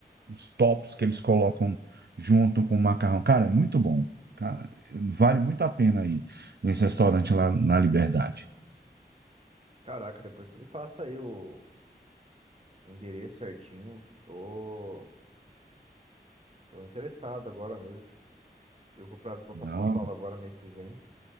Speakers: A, on the right; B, on the right.
A: uns tops que eles colocam junto com o macarrão. Cara, é muito bom. Cara, vale muito a pena aí nesse restaurante lá na Liberdade.
B: Caraca, depois tu me passa aí o, o endereço certinho. Tô, tô interessado agora mesmo. Eu vou pra, vou
A: Não.
B: pra São Paulo agora, mês que vem.